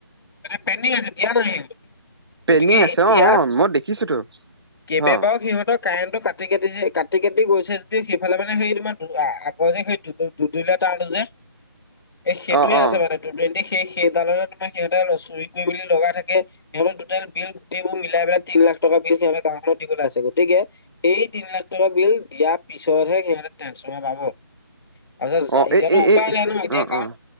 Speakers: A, on the left; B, on the right.
A: এ পেণ্ডিং আছে দিয়া নাই।
B: পেইণ্ডিং
A: গতিকে
B: আছে
A: এতিয়া
B: অ অ মই দেখিছোতো
A: কেবাৰও
B: অ
A: সিহঁতক। কাৰেণ্টটো কাটি কাটি কাটি কাটি গৈছে যদি সেইফালে মানে সেই তোৰ আগৰ যে সেই- দু দুই কাৰণে যে এই সেইটোৱে
B: অ অ
A: আছে মানে টু টুৱেণ্টি সেই সেইডালৰে তোমাৰ- সিহঁতে চুৰিত গৈ মেলি লগা থাকে। সিহঁতৰ টু‌ টুটেল বিল গোট মিলাই পেলাই তিন লাখ টকা বিছ সিহঁৰ গাঁওখনত দিবলৈ আছে গতিকে। সেই তিন লাখ টকা বিল দিয়াৰ পিছতহে সিহঁতে ট্ৰেনশ পাব। তাৰপিছত
B: অ
A: এতিয়াতো
B: এই এই
A: উপায়
B: এই
A: নাই ন এতিয়া
B: অ
A: কাৰণ
B: অ